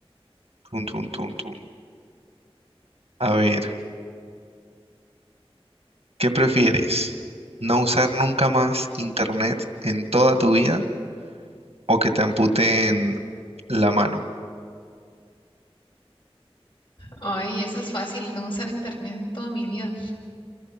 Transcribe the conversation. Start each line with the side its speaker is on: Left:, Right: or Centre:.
Right: Tun, tun, tun, tun. A ver, ¿qué prefieres? ¿No usar nunca más internet en toda tu vida o que te amputen la mano?
Left: Ay, esa es fácil, no usar internet en toda mi vida.